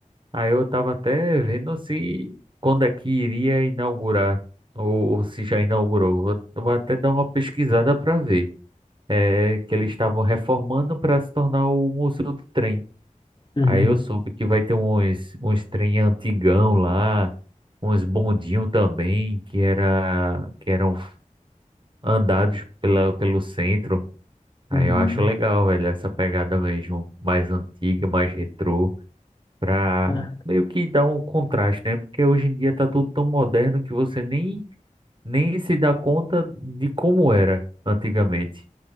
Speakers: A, on the right; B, on the left.
A: Aí eu tava até vendo se quando é que iria inaugurar. Ou, ou se já inaugurou. Vou, vou até dar uma pesquisada pra ver. É que eles estavam reformando para se tornar o Museu do Trem.
B: Uhum.
A: Aí eu soube que vai ter uns, uns trem antigão lá, uns bondinhos também, que era, que eram andados pela, pelo centro. Aí
B: Uhum.
A: eu acho legal, velho, essa pegada mesmo, mais antiga, mais retrô, pra
B: Ah,
A: meio que dar um contraste, né? Porque hoje em dia tá tudo tão moderno que você nem, nem se dá conta de como era antigamente.